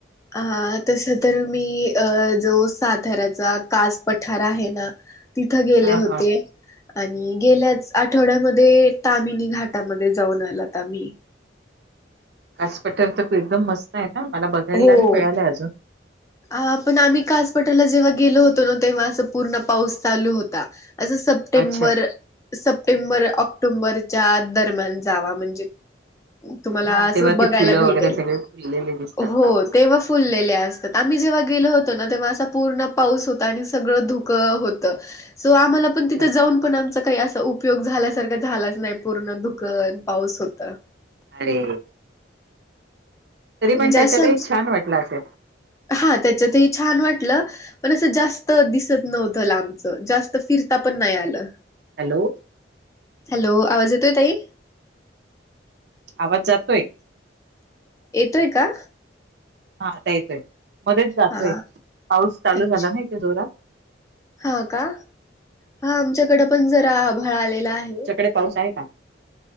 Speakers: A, on the left (about 15°); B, on the right (about 60°).
A: अ तस तर मी अ जो साताऱ्याचा कास पठार आहे ना तिथं गेले
B: हा
A: होते
B: हा
A: आणि गेल्याच आठवड्यामध्ये तामिनी घाटामध्ये जाऊन आलात आम्ही
B: कास पटर तर तू एकदम मस्त आहे ना मला बघायला
A: हो.
B: नाही मिळालं अजून
A: अ पण आम्ही कासपटाला जेव्हा गेलो होतो ना तेव्हा असं पूर्ण पाऊस चालू होता असं सप्टेंबर
B: अच्छा
A: सप्टेंबर ऑक्टोंबरच्या दरम्यान जावा म्हणजे तुम्हाला
B: हा
A: असं
B: तेव्हा
A: बघायला
B: ती फुलं
A: भेटेल
B: वगैरे सगळे फुललेले दिसतात
A: हो
B: ना
A: तेव्हा फुललेलेस आम्ही जेव्हा गेलो होतो ना तेव्हा असा पूर्ण पाऊस होता आणि सगळं धुक होत सो आम्हाला पण
B: अच्छा
A: तिथं जाऊनण आमचचा काही असाप उपयोग झाल्यासारखा झालाच नाही पूर्ण ुकन पाऊस होत
B: अरे तरी
A: म्हणजें
B: पण त्याच्यात एक छान वाटलं असेल
A: हा त्याच ते छान वाटलं पण असं जास्त दिसत नव्हतं ला आमचं जास्त फिरता पण नाही आलं
B: हॅलो
A: हॅलो आवाज येतोय ताई
B: आवाज जातोय
A: येतोय का
B: हा आता येतोय मध्येच जातोय
A: हा
B: पाऊस चालू
A: अच्छा.
B: झाला ना इथे जोरात
A: हा का हा आमच्याकडे पण जरा आभाळ आलेला आहे
B: तकडे पाऊस आहे का